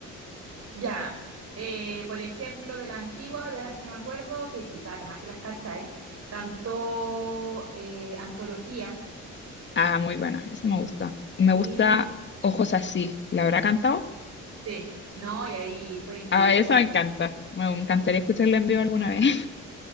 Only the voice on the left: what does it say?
Ah, muy buena, esa me gusta. Me
gusta Ojos Así. ¿La habrá cantado?
Ah, esa
me encanta. Me encantaría escucharla en vivo alguna vez. <laughs>